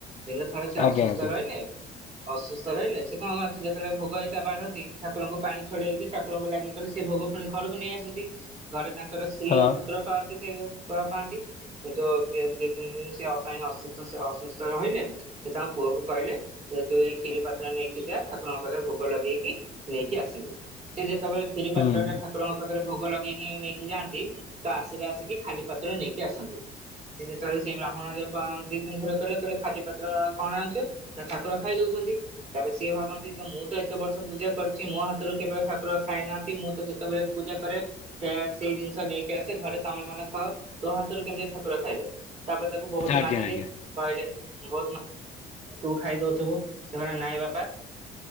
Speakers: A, on the right; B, on the left.
A: ଦିନେ ଥରେ ସିଏ
B: ଆଜ୍ଞା
A: ଅସୁସ୍ଥ
B: ଆଜ୍ଞା
A: ରହିଲେ। ଅସୁସ୍ଥ ରହିଲେ। ସେ କଣ କରନ୍ତି ଯେତେବେଳେ ଭୋଗ ହେରିକା ବାଢ଼ନ୍ତି ଠାକୁରଙ୍କୁ ପାଣି ଛଡେ଼ଇକି ଠାକୁରଙ୍କୁ ଲାଗି କରି ସେ ଭୋଗ ପୁଣି ଘରକୁ ନେଇ ଆସନ୍ତି। ଘରେ ତାଙ୍କର ସ୍ତ୍ରୀ
B: ହଁ
A: ଆଉ ପୁତ୍ର ପାଆନ୍ତି। ସେଇଉ ଘରେ ପାଆନ୍ତି କିନ୍ତୁ ଦି-ଦି ତିନି ସେ ଅ ପାଇଁ ଅସୁ ତ ସେ ଅସୁସ୍ଥ ରହିଲେ। ସେ ତାଙ୍କ ପୁଅକୁ କହିଲେ ଯେ ତୁ ଏଇ କ୍ଷୀରି ପାତ୍ର ନେଇକି ଯା ଠାକୁରଙ୍କ ପାଖରେ ଭୋଗ ଲଗେଇକି ନେଇକି ଆସିବୁ ସେ ଯେତେବେଳେ କ୍ଷୀରି
B: ହୁଁ
A: ପାତ୍ର ଟା ଠାକୁରଙ୍କ ପାଖରେ ଭୋଗ ଲଗେଇ ଇଁ ନେଇକି ଯାଆନ୍ତି ତ ଆସିଲେ ଆସିକି ଖାଲି ପାତ୍ର ନେଇକି ଆସନ୍ତି। ସେ ଯେତେବେଳେ ସେ ବ୍ରାହ୍ମଣ ଏରାଙ୍କୁ ଖୁଆଁ ଦି ତିନିଥର କହିଲେ କହିଲେ ଖାଲିପାତ୍ର କଣ ଆଣିଚ। ନା ଠାକୁର ଖାଇ ଦଉଚନ୍ତି। ତା ପରେ ସିଏ ଭାବନ୍ତି ଯେ ମୁଁ ତ ଏତେ ବର୍ଷ ପୂଜା କରୁଚି ମୋ ହାତରୁ କେବେ ଠାକୁର ଖାଇନାହାଁନ୍ତି। ମୁଁ ତ ଯେତେବେଳେ ପୂଜା କରେ ସେ ସେଇ ଜିନିଷ ନେଇକି ଆସେ ଘରେ ତମେ ମାନେ ଖାଅ। ତୋ ହାତରୁ କେମିତି ଠାକୁର କୁର ଖାଇଲେ ତା ପରେ ତାକୁ ବହୁତ
B: ଆଜ୍ଞା
A: ମାରିଲେ।
B: ଆଜ୍ଞା
A: କହିଲେ ବହୁତ ମା ତୁ ଖାଇଦଉଥିବୁ ସେ କହିଲା ନାଇଁ ବାପା।